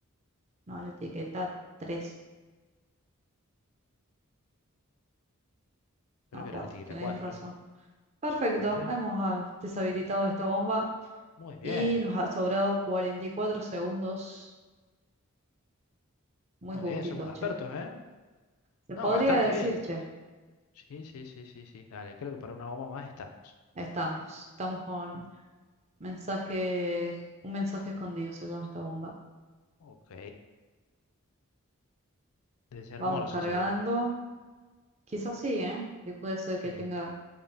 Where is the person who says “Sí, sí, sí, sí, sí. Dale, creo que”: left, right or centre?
Left